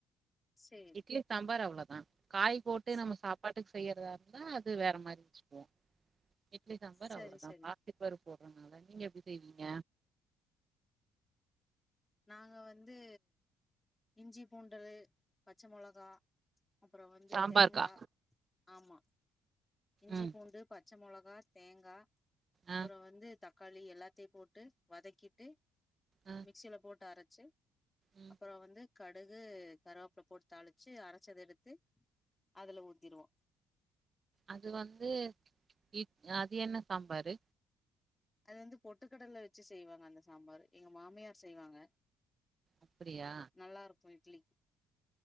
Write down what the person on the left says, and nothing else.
சேரி
சே
சரி
சரி
நாங்க வந்து இஞ்சி பூண்டு பச்ச மொளகா அப்றோ வந்து
தேங்கா ஆமா இஞ்சி
பூண்டு பச்ச மொளகா தேங்கா அப்பறோ
வந்து தக் க்காளி எல்லாத்தயு போட்டு வதக்கிட்டு
மிக்சில போட்டு அரச்சு
அப்பறோ வந்து கடுகு கருவேப்புல போட்டு தாளிச்சு அரச்சத எடுத்து அதுல ஊத்திருவோ
அது வந்து பொட்டுக்கடல வச்சு செய்வாங்க அந்த சாம்பாரு எங்க மாமியார் செய்வாங்க
நல்லா இருக்கு இட்லிக்கு